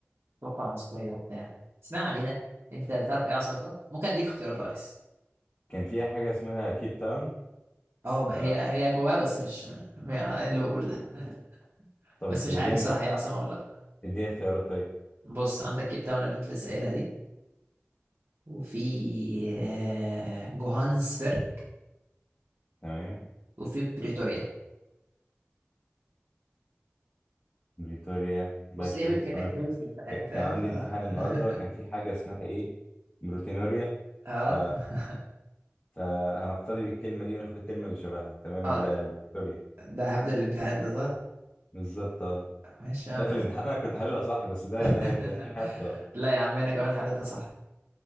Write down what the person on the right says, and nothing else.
توقع عنصريه وبتاع اسمع علينا انت تعرف ايه عاصمتها ممكن اديك اختيارات لو عايز
اه
ب- هي هي جواها بس مش م- انا إيه اللي بقوله ده
بس مش
عارف الصراحه
هي عاصمه ولا لا
بص عندك كيب تاون اللي انت لسه قايلها دي وفي آه، جوهانسبرج
وفي بريتوريا
بص
ايه كأنك
جاوبت في الامتحان
فاهم
ف <laughs>
اه
اه
ده هبدأ الامتحان ده صح
ماشي يا
عم
<laughs>
لا يا عم انا كمان حالتها صح